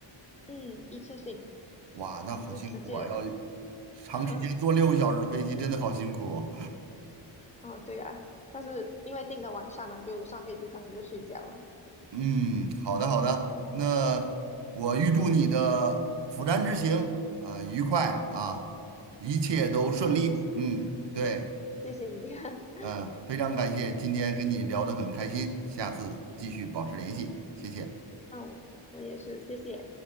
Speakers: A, on the left; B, on the right.
A: 嗯，一次性
B: 哇，那好辛苦啊！
A: 就直接，
B: 要长时间坐六个小时的飞机，
A: <laughs>
B: 真的好辛苦。
A: 哦，对呀、但是因为订的晚上嘛，就上飞机可能就睡觉了。
B: 嗯，好的好的，那我预祝你的釜山之行啊、愉快啊，一切都顺利。
A: 啊、谢谢
B: 嗯，对，
A: 谢谢你，<laughs>
B: 嗯、非常感谢今天跟你聊得很开心，下次继续保持联系，谢谢。
A: 嗯、我也是，谢谢。